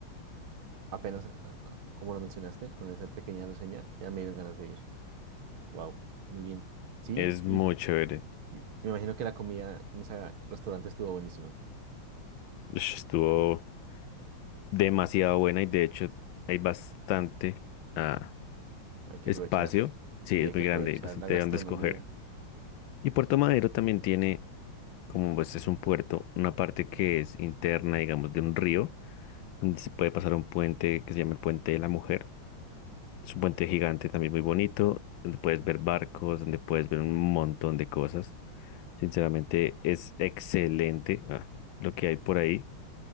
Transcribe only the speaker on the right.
apenas, a- a- como lo mencionaste, con esa pequeña reseña, ya me dieron ganas de ir. Wow, muy bien. Sí,
y
y me imagino que la comida en ese restaurante estuvo buenísima.
Hay que
aprovechar, sí,
hay
que
aprovechar
la gastronomía,